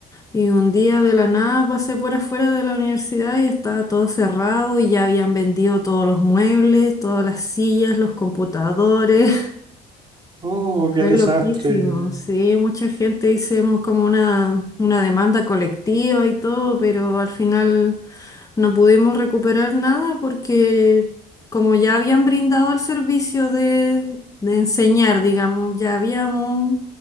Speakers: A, on the left (about 20°); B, on the right (about 30°).
A: y un día de la nada pasé por afuera de la universidad y estaba todo cerrado y ya habían vendido todos los muebles, todas las sillas, los computadores.
B: Oh,
A: Fue
B: qué desastre.
A: loquísimo, sí, mucha gente hicimos como una, una demanda colectiva y todo, pero al final no pudimos recuperar nada porque como ya habían brindado el servicio de, de enseñar, digamos, ya habíamos,